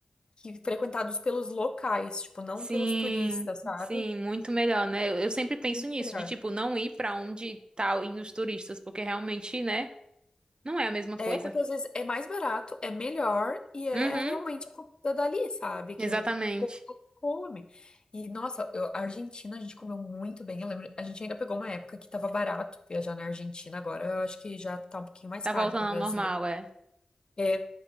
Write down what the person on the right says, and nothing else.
Sim,
sim, muito melhor, né? Eu, eu sempre penso
nisso,
de tipo, não ir pra onde tá indo os turistas, porque realmente, né, não é a mesma coisa.
Uhum,
exatamente.
Tá
voltando
ao normal, é.